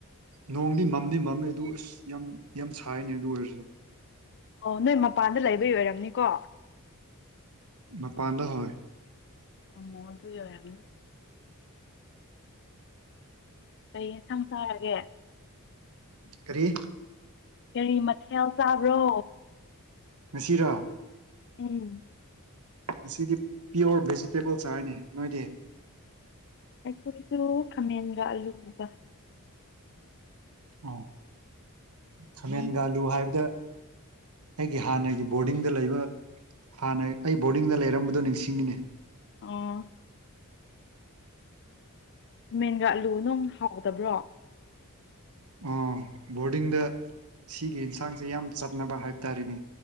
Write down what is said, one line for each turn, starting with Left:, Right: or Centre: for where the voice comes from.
Right: ꯅꯣꯡꯗꯤ ꯃꯝꯗꯤ ꯃꯝꯃꯦ ꯑꯗꯨ ꯑꯁ ꯌꯥꯝ ꯌꯥꯝ ꯁꯥꯏꯅꯦ ꯑꯗꯨ ꯑꯣꯏꯔꯁꯨ
Left: ꯑꯣ ꯅꯣꯏ ꯃꯄꯥꯟꯗ ꯂꯩꯕ ꯑꯣꯏꯔꯝꯅꯤꯀꯣ
Right: ꯃꯄꯥꯟꯗ ꯍꯣꯏ
Left: ꯎ ꯑꯣ ꯑꯗꯨ ꯑꯣꯏꯔꯝꯅꯤ ꯀꯩ ꯌꯦꯟꯁꯥꯡ ꯆꯥꯔꯒꯦ
Right: ꯀꯔꯤ
Left: ꯀꯔꯤ ꯃꯊꯦꯜ ꯆꯥꯕ꯭ꯔꯣ
Right: ꯉꯁꯤꯔꯥ
Left: ꯎꯝ
Right: ꯑꯁꯤꯗꯤ ꯄꯤꯌꯣꯔ ꯚꯦꯖꯤꯇꯦꯕꯜ ꯆꯥꯔꯤꯅꯦ ꯅꯣꯏꯗꯤ
Left: ꯑꯩꯈꯣꯏꯁꯨ ꯈꯥꯃꯦꯟꯒ ꯑꯂꯨꯒ
Right: ꯑꯣ ꯈꯃꯦꯟꯒꯥꯂꯨ ꯍꯥꯏꯕꯗ ꯑꯩꯒꯤ ꯍꯥꯟꯅꯒꯤ ꯕꯣꯔꯗꯤꯡꯗ ꯂꯩꯕ ꯍꯥꯟꯅ ꯑꯩ ꯕꯣꯔꯗꯤꯡꯗ ꯂꯩꯔꯝꯕꯗꯣ ꯅꯤꯡꯁꯤꯡꯉꯤꯅꯦ
Left: ꯑꯣ ꯈꯥꯃꯦꯟꯒꯥꯑꯂꯨ ꯅꯨꯡ ꯍꯥꯎꯇꯕ꯭ꯔꯣ
Right: ꯑꯣ ꯕꯣꯔꯗꯤꯡꯗ ꯁꯤꯒꯤ ꯌꯦꯟꯁꯥꯡꯁꯦ ꯌꯥꯝ ꯆꯠꯅꯕ ꯍꯥꯏꯕ ꯇꯥꯔꯦꯅꯦ